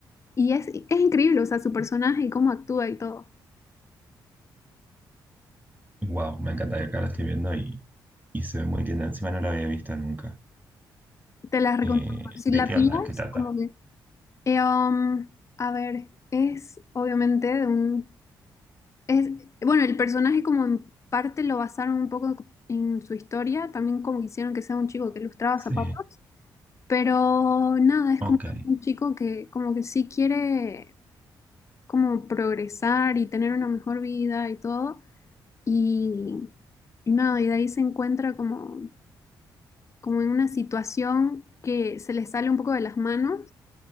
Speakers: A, on the left; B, on the right.
A: y es, es increíble, o sea, su personaje y cómo actúa y todo.
B: Wow, me encanta. Acá la estoy viendo y, y se ve muy linda. Encima no la había visto nunca.
A: Te la recomiendo.
B: Eh,
A: Si
B: ¿de
A: la
B: qué
A: pillas,
B: onda? ¿Qué trata?
A: como que... eh, um, a ver, es obviamente de un Es, bueno, el personaje como en parte lo basaron un poco en su historia, también como hicieron que sea un chico que lustraba
B: Sí,
A: zapatos, pero nada, es
B: ok.
A: como un chico que como que sí quiere como progresar y tener una mejor vida y todo, y, y nada, y de ahí se encuentra como, como en una situación que se le sale un poco de las manos